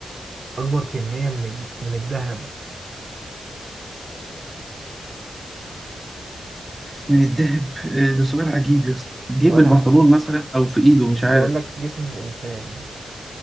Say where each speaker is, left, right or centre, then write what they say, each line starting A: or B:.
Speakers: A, on the right; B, on the right.
A: اكبر كمية من الج- من الذهب
B: من الذهب آه، ده سؤال عجيب يا اسطى جيب
A: سؤال
B: البنطلون
A: ع...
B: مثلا أو في إيده مش
A: بقول
B: عارف
A: لك جسم الانسان